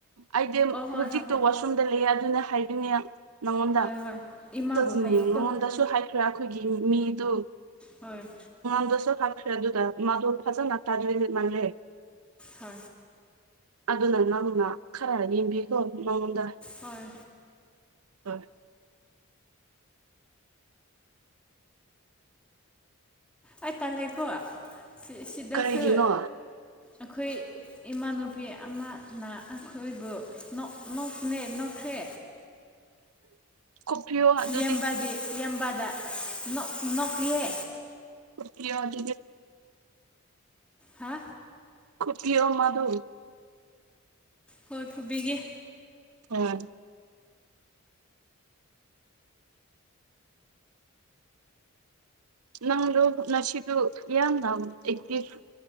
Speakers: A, on the right (about 80°); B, in the centre.
A: ꯑꯩꯗꯤ
B: ꯍꯣꯏ
A: ꯍꯧꯖꯤꯛꯇꯣ
B: ꯍꯣꯏ ꯍꯣꯏ
A: ꯋꯥꯁꯔꯨꯝꯗ ꯂꯩꯌꯦ ꯑꯗꯨꯅ ꯍꯥꯏ ꯏ ꯅꯉꯣꯟꯗ
B: ꯍꯣꯏ ꯍꯣꯏ ꯏꯃꯥꯕꯨ
A: ꯅꯉꯣꯟꯗꯁꯨ
B: ꯍꯥꯏꯌꯣꯀꯣ
A: ꯍꯥꯏꯈ꯭ꯔꯦ ꯑꯩꯈꯣꯏꯒꯤ ꯃꯤꯗꯨ
B: ꯍꯣꯏ
A: ꯎꯗꯁꯨꯣ ꯈꯕ ꯈ꯭ꯔꯦ ꯑꯗꯨꯗ ꯃꯗꯨ ꯐꯖꯅ ꯇꯥꯗ꯭ꯔꯤꯗꯤ ꯃꯜ꯭ꯔꯦ
B: ꯍ
A: ꯑꯗꯨꯅ ꯅꯪꯅ ꯈꯔ ꯅꯦꯝꯕꯤ ꯍꯣꯏ ꯃꯉꯣꯟꯗ
B: ꯍꯣꯏ
A: ꯍꯣꯏ
B: ꯑꯩ ꯇ ꯂꯩꯀꯣ ꯁꯤꯗꯁꯨ
A: ꯀꯔꯤꯒꯤꯅꯣ
B: ꯑꯩꯈꯣꯏ ꯏꯃꯥꯟꯅꯨꯄꯤ ꯑꯃꯅ ꯑꯩꯈꯣꯏꯕꯨ ꯅꯣꯛ ꯅꯣꯛꯅꯦ ꯅꯣꯛ ꯊꯦ
A: ꯀꯣꯛꯄꯤꯌꯣ ꯑꯗꯨꯗꯤ
B: ꯌꯦꯡꯕꯗꯤ ꯌꯦꯡꯕꯗꯣꯛ ꯅꯣꯛꯑꯦ
A: ꯀ ꯌꯥꯒ
B: ꯍꯥ
A: ꯈꯨꯠꯀꯤ ꯑꯣ ꯃꯥꯗꯣ
B: ꯍꯣꯏ ꯐꯨꯕꯤꯒꯦ
A: ꯑ ꯅꯪꯗꯣ ꯅꯁꯤꯗꯨ ꯌꯥꯝꯅ ꯑꯦꯛꯇꯤꯚ